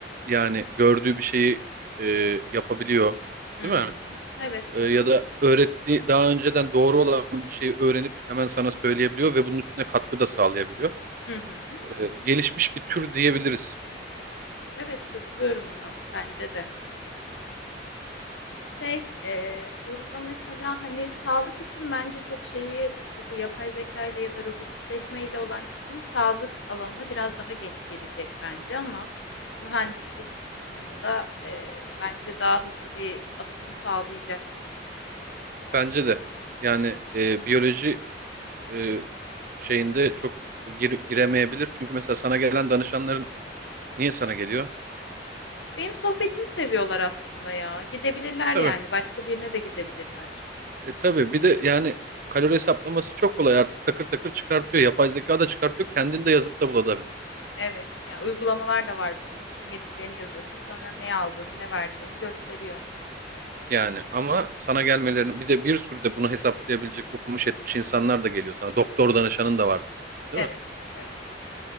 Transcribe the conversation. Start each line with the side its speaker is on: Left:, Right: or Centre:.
Right: Yani gördüğü bir şeyi e, yapabiliyor,
Left: Hı
Right: değil
Left: hı.
Right: mi?
Left: Evet,
Right: E,
Left: evet.
Right: ya da öğrettiği daha önceden doğru olan bir şeyi öğrenip hemen sana söyleyebiliyor ve bunun üstüne katkı da sağlayabiliyor.
Left: Hı hı.
Right: E, gelişmiş bir tür diyebiliriz
Left: Evet, katılıyorum buna. Bence de. Şey, e, burada mesela hani sağlık için bence çok şeyi işte bu yapay zeka ile ya da robotikleşme ile olan kısmı sağlık alanına biraz daha geç girecek bence ama mühendislik kısmında e, bence daha hızlı bir atılım sağlayacak.
Right: bence de. Yani e, biyoloji e, şeyinde çok gir- giremeyebilir. Çünkü mesela sana gelen danışanların niye sana geliyor?
Left: Benim sohbetimi seviyorlar aslında ya. Gidebilirler
Right: E, Tabii.
Left: yani. Başka birine de gidebilirler.
Right: E tabii bir de yani kalori hesaplaması çok kolay artık takır takır çıkartıyor. Yapay zeka da çıkartıyor. Kendin de yazıp da bulabilirsin yani.
Left: Evet, yani uygulamalar da var bunun için. Yediklerini yazıyorsun, sana ne aldığını, ne verdiğini gösteriyor.
Right: Yani ama sana gelmelerini bir de bir sürü de bunu hesaplayabilecek okumuş etmiş insanlar da geliyor sana. Doktor danışanın da vardı mesela
Left: Evet,
Right: değil mi?
Left: evet.